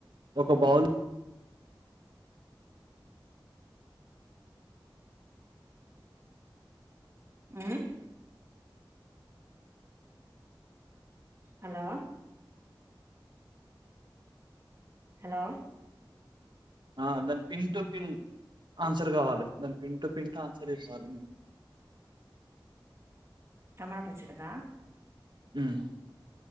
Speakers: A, on the right; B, on the right.
A: ఒక బౌల్
B: మ్మ్ హలో హలో
A: ఆ దాన్ పిన్ టు పిన్ ఆ ఆన్సర్ కావాలి దాని పిన్ టూ పిన్ ఆన్సర్ చెప్పాలే
B: టమాట పచ్చడదా
A: హ్మ్